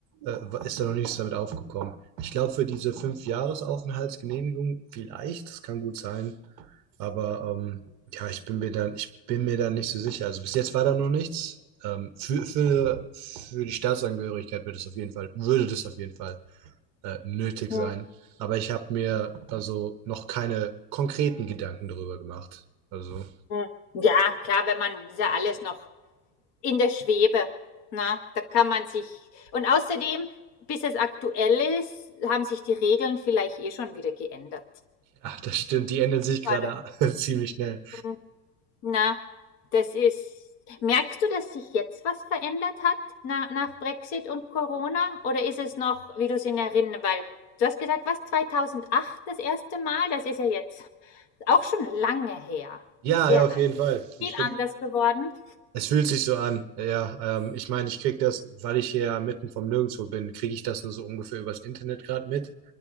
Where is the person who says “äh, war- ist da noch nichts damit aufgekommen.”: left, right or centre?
Right